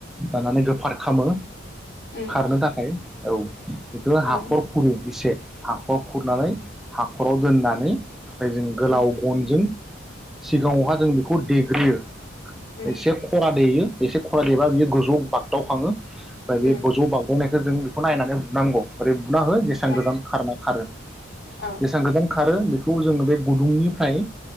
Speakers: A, in the centre; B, on the left.
A: दानानै गोफार खामो
B: उम
A: खारनो थाखाय औ। बेखौ
B: औ
A: हाखर
B: उम
A: खुरो एसे हाखर खुरनानै हाखराव दोननानै ओमफाय जों गोलाव
B: उम
A: गनजों सिगाङावहा जों बेखौ देग्रोयो।
B: उम
A: एसे खरा देयो। एसे खरा देबा बियो गोजौ बागदाव खाङो। बे
B: उम
A: गोजौ बावगदावनाय जों बेखौ नायनानै नांगौ बुनांगौ ओरै बुना हो जेसां
B: औ
A: गोजान खारना खारो
B: औ
A: जेसां गोजान खारो बेखौ जोङो बे गुदुंनिफ्राय